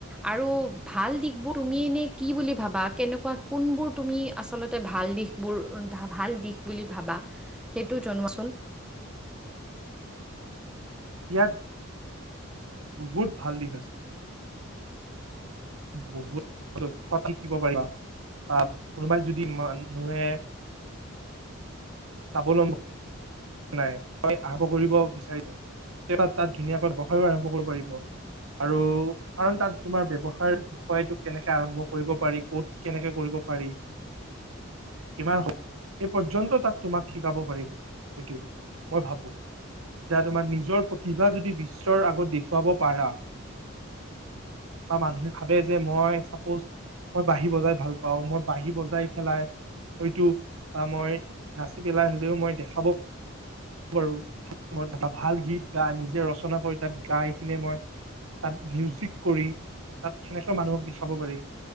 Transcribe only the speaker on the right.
ইয়াত বহুত ভাল দিশ আছে বহুত দক্ষ থাকিব পাৰিবা আহ কোনোবাই যদি মানুহে স্বাৱলম্বী নাই তই আৰম্ভ কৰিব বিচাৰিছে তাত ধুনীয়াকৈ বহায়ো আৰম্ভ কৰিব পাৰিব <unintelligible> আৰু কাৰণ তাত তোমাৰ ব্যৱহাৰ বিষয়টো কেনেকে আৰম্ভ কৰিব পাৰি ক'ত কেনেকে কৰিব পাৰি
কিমান হ এই পৰ্যন্ত তাত তোমাক শিকাব পাৰিব। সেইটো মই ভাবো এতিয়া তোমাৰ নিজৰ প্ৰতিভা যদি বিশ্বৰ আগত দেখুৱাব পাৰা। বা মানুহে ভাবে যে মই চাপোজ। মই বাঁহী বজাই ভাল পাও মই বাঁহী বজাই পেলাই হয়তো বা মই নাচি পেলাই হলেও মই দেখাব পাৰোঁ সময়ত ভাল গীত গাই নিজে ৰচনা কৰি তাত গাই কিনে মই তাত মিউজিক কৰি তাত সেনেকৈ মানুহক দেখাব পাৰি